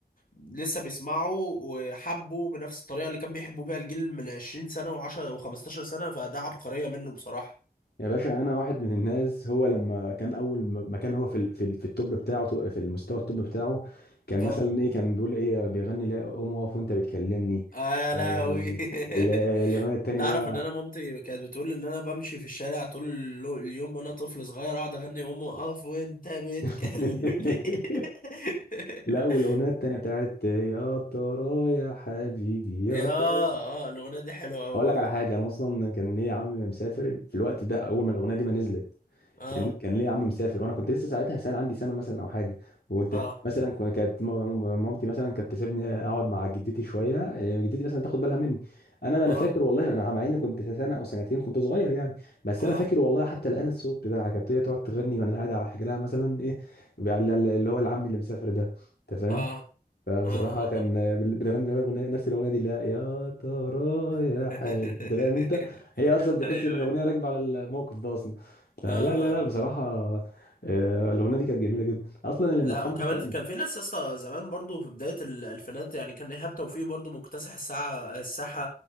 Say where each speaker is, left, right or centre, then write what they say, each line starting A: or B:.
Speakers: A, on the left; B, on the left.
A: لسه بيسمعه وحبه بنفس الطريقة اللي كان بيحبوا بيها الجيل من 20 سنة و10 و15 سنة فده عبقرية منه بصراحة
B: يا باشا انا واحد من الناس هو لما كان اول م- ما كان هو في ال- في ال- في التوب بتاعه في المستوى التوب بتاعه كان مثلا
A: اه
B: ايه كان بيقول ايه بيغني لا قوم اقف وانت بتكلمني
A: اه يا
B: آه،
A: لهوي
B: ال- الاغنيه
A: <laughs>
B: التانيه
A: تعرف
B: اللي هي
A: ان انا مامتي كانت بتقول ان انا بمشي في الشارع طول اللو- اليوم وانا طفل صغير اقعد اغني قوم اقف وانت بتكلمني
B: <laughs>
A: <laughs>
B: لا والاغنيه التانيه بتاعت يا ترى يا حبيبي يا
A: يا
B: ترى
A: اه الاغنيه دي حلوه قوي
B: اقول
A: برضه
B: لك على حاجه انا اصلا كان ايه عمي مسافر في الوقت ده اول ما الاغنيه دي ما نزلت
A: اه
B: كان كان ليه عم مسافر وانا كنت لسه ساعتها سنه عندي سنه مثلا او حاجه وكنت
A: اه
B: مثلا كن- كانت م- م- مامتي مثلا كانت تسيبني اقعد مع جدتي شويه إيه، جدتي مثلا تاخد بالها مني انا انا
A: اه
B: فاكر والله انا مع اني كنت سنه او سنتين كنت صغير يعني بس
A: اه
B: انا فاكر والله حتى الان الصوت بتاعها كانت هي تقعد تغني وانا قاعد على حجرها مثلا ايه بيع- اللي هو العم اللي مسافر ده انت فاهم
A: اه
B: فبصراحة
A: اه
B: كان
A: اه
B: بال- بنغني الأغنية- نفس الأغنية دي لا يا ترى يا
A: <laughs>
B: حبيبي أنت فاهم أنت هي أصلا
A: ايوه
B: تحس إن الأغنية
A: ايوه
B: راكبة على الموقف ده أصلا فلا
A: اه اه
B: لا لا
A: آه.
B: بصراحة آه، الأغنية دي كانت جميلة جدا أصلا اللي
A: لا
B: ملحنها
A: وكمان
B: تامر
A: في كان في ناس يا اسطى زمان برضه في بدايه الالفينات يعني كان ايهاب توفيق برضه مكتسح الساعه الساحه